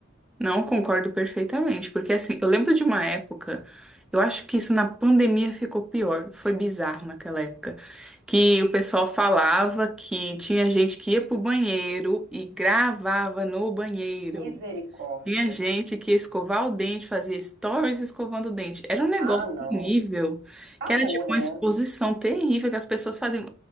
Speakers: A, in the centre; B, on the right.
A: Não concordo perfeitamente, porque assim, eu lembro de uma época, eu acho que isso na pandemia ficou pior, foi bizarro naquela época, que o pessoal falava que tinha gente que ia pro banheiro e gravava no banheiro.
B: Misericórdia.
A: Tinha gente que ia escovar o dente, fazia stories escovando o dente. Era um negócio
B: Ah, não.
A: horrível,
B: Acabou,
A: que era tipo
B: né?
A: uma exposição terrível que as pessoas faziam.